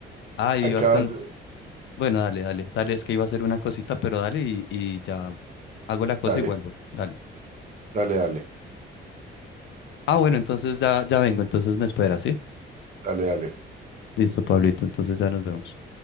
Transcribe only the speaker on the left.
ay,
ibas con...
Bueno, dale, dale, dale, es que iba a hacer una cosita, pero dale y, y ya hago la cosa
y vuelvo, dale.
Ah, bueno, entonces ya, ya vengo, entonces me espera, ¿sí?
Listo, Pablito, entonces ya nos vemos.